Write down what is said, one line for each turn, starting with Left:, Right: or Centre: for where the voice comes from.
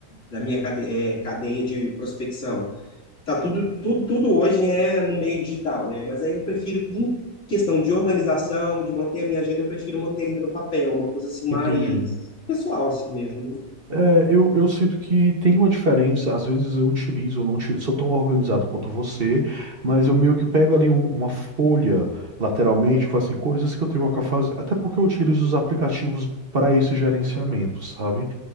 Left: da minha cade- é, cadeia de prospecção. Tá, tudo, tudo, tudo hoje é no meio digital, né? Mas aí eu prefiro, em questão de organização, de manter a minha agenda, eu prefiro manter ainda no papel, uma coisa assim mais
Right: Entendi.
Left: pessoal, assim mesmo.
Right: É, eu, eu sinto que tem uma diferença. Às vezes eu utilizo, eu não uti- sou tão organizado quanto você, mas eu meio que pego ali um- uma folha lateralmente, faço assim, coisas que eu tenho que fazer. Até porque eu utilizo os aplicativos para esse gerenciamento, sabe?